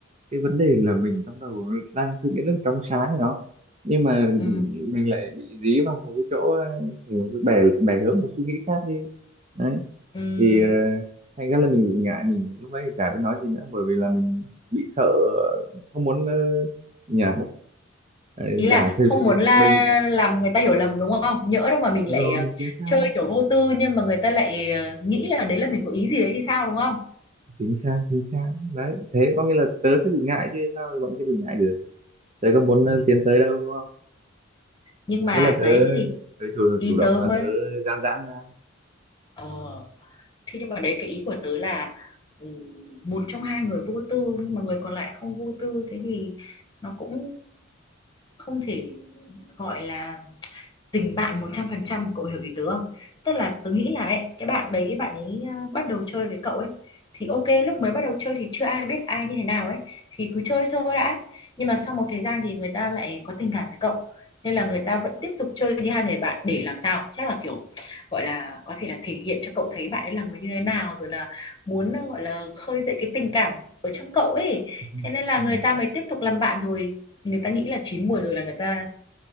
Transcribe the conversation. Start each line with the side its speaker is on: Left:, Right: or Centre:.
Right: cái vấn đề là mình trong đầu đang suy nghĩ rất là trong sáng phải không nhưng mà
Left: ừ.
Right: mình lại bị dí vào một cái chỗ ờ, thành một cái bè bè hướng một suy nghĩ khác đi đấy
Left: Ừ.
Right: thì ờ, thành ra là mình bị ngại mình lúc đấy thì chả biết nói gì nữa bởi vì là mình bị sợ không muốn ờ, nhỉ ờ,
Left: ý là
Right: giả sử
Left: không muốn
Right: như
Left: là
Right: mình
Left: làm người ta hiểu lầm đúng không nhỡ đâu mà mình
Right: đúng
Left: lại
Right: rồi
Left: ờ,
Right: chính xác
Left: chơi kiểu vô tư nhưng mà người ta lại ờ, nghĩ là đấy là mình có ý gì đấy thì sao đúng không
Right: chính xác chính xác đấy thế có nghĩa là tớ sẽ bị ngại chứ sao bạn kia bị ngại được tớ có muốn
Left: ừ.
Right: ờ, tiến tới đâu đúng không
Left: nhưng mà
Right: thế là tớ
Left: đấy thế thì
Right: tớ chủ,
Left: ý
Right: chủ động
Left: tớ
Right: là
Left: mới
Right: tớ gian giãn ra
Left: ờ thế nhưng mà đấy cái ý của tớ là ừ, một trong hai người vô tư nhưng mà người còn lại không vô tư thế thì nó cũng không thể gọi là tình bạn một trăm phần trăm cậu hiểu ý tớ không tức là tớ nghĩ là ấy, cái bạn đấy bạn ấy à, bắt đầu chơi với cậu ấy thì ok lúc mới bắt đầu chơi thì chưa ai biết ai như thế nào ấy thì cứ chơi thôi đã nhưng mà sau một thời gian thì người ta lại có tình cảm với cậu nên là người ta vẫn tiếp tục chơi như hai người bạn để làm sao chắc là kiểu gọi là có thể là thể hiện cho cậu thấy bạn ấy là người như thế nào rồi là muốn à, gọi là khơi dậy cái tình cảm ở trong cậu ấy
Right: Ừ.
Left: thế nên là
Right: Ừ.
Left: người ta mới tiếp tục làm bạn rồi người ta nghĩ là chín mùi rồi là người ta